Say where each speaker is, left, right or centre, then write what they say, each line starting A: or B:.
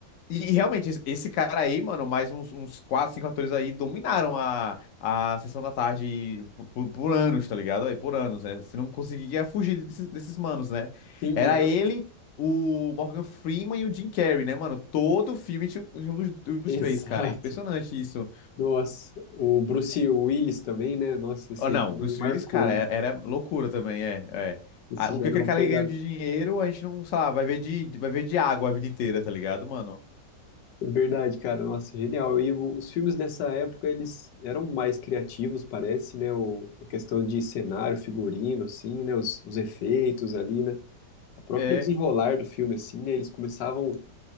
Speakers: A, on the left (about 60°); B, on the left (about 85°).
A: E, e realmente, es- esse cara aí, mano, mais uns, uns 4, 5 atores aí dominaram a, a sessão da tarde por, por- por anos, tá ligado? Aí, por anos, né? Você não conseguia fugir desses, desses manos, né?
B: Sim,
A: Era
B: nossa,
A: ele,
B: <laughs>
A: o Morgan Freeman e o Jim Carrey, né, mano? Todo filme tinha um dos, um dos
B: exato.
A: três, cara. Impressionante isso.
B: Nossa, o Bruce Willis também, né? Nossa, esse
A: Ah, não,
B: aí também
A: o Bruce
B: marcou,
A: Willis, cara,
B: hein?
A: é- era loucura também, é, é.
B: Esse
A: Ah, O
B: já
A: que
B: era
A: aquele
B: uma
A: cara
B: pegada.
A: ganhou de dinheiro, a gente não, sei lá, vai ver de, vai ver de água a vida inteira, tá ligado, mano?
B: É verdade, cara, nossa, genial. E o- os filmes dessa época, eles eram mais criativos, parece, né? O, a questão de cenário, figurino, assim, né? Os, os efeitos ali, né? O próprio
A: É.
B: desenrolar do filme, assim, né, eles começavam